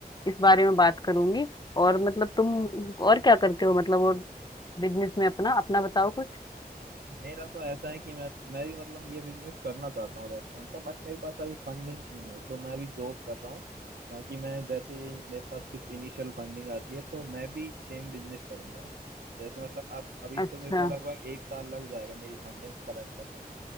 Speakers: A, on the left; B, on the right.
A: इस बारे में बात करूंगी और मतलब तुम और क्या करते हो मतलब और बिजनेस में अपना अपना बताओ कुछ
B: मेरा तो ऐसा है कि मैं मैं भी मतलब ये बिजनेस करना चाहता हूँ रेस्टोरेंट का बट मेरे पास अभी फंडिंग्स नहीं है तो मैं अभी जॉब कर रहा हूँ बाकी मैं जैसे ही मेरे पास कुछ इनिशियल फंडिंग आती है तो मैं भी सेम बिजनेस करूंगा जैसे मतलब अब अभी
A: अच्छा
B: तो मेरे को लगभग एक साल लग जाएगा मेरी फंडिंग्स कलेक्ट करने में